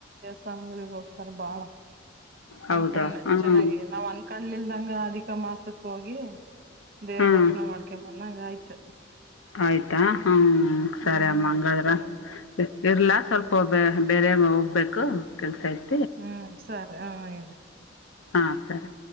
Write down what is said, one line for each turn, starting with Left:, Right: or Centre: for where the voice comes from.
Right: <unintelligible> ಹೋಗ್ತಾರೆ ಬಾಳ
Left: ಹೌದಾ
Right: ನಂಬಕೊಂಡ
Left: ಹ್ಮ್
Right: ಚೆನ್ನಾಗಿ ನಾವ್ ಅನ್ ಕಲಿಲ್ದಂಗ ಅಧಿಕ ಮಾಸಕ್ ಹೋಗಿ ದೇವ್ರ
Left: ಹ್ಮ್
Right: ದರ್ಶನ ಮಾಡ್ಕೊಂಡ ಬಂದ್ ಚೆನ್ನಾಗ ಆಯ್ತ್.
Left: ಆಯ್ತಾ ಹಾ. ಹ್ಮ ಸರಿ
Right: ಹ್ಮ್
Left: ಅಮ್ಮ ಹಂಗಾದ್ರ
Right: ಅದೇ ಮತ್ತೆ
Left: ಇರ್ಲಾ ಸ್ವಲ್ಪ ಬೇರೆ ಹೋಗ್ಬೇಕು ಕೆಲ್ಸ ಆಯ್ತಿು
Right: ಹ್ಮ್ ಸರಿ ಹ ಇಡ
Left: ಹಾಂ ಸರಿ
Right: ಹಾ